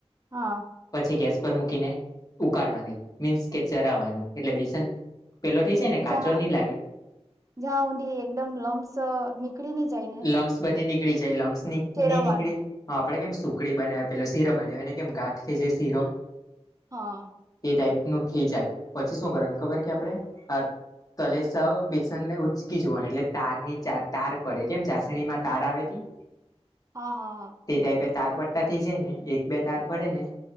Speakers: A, on the right; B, on the left.
A: હા.
B: પછી ગેસ પર મૂકીને ઉકાળવાનું, મીન્સ કે ચરાવાનું એટલે બેસન પેલો થઈ જાય નેાચો
A: જ્યાં
B: નની લાગે.
A: જ્યાં ઉંડી એકદમ લમ્સ પકડીની જઇ.
B: લમ્સ બધી નીકળી જાય લમ્સ ની
A: ફેરવવાનું
B: ની નીકળી હા આપડે કેમ સુકડી બનાવી પેલો શીરો બનાવી ને કેમ ગાંઠ થઈ જાય શીરો.
A: હા.
B: તે ટાઈપનું થઈ જાય પછી શું કરવા ખબર કે આપણે કલેશવ બેસન ને ઉચકી જોવાનું એટલે તાર ની ચ તાર પડે. કેમ ચાસણી માં તાર આવે ત.
A: હા હા.
B: તે ટાઈપે તાર પડતા થઈ જાય ને એક બે તાર પડે ને.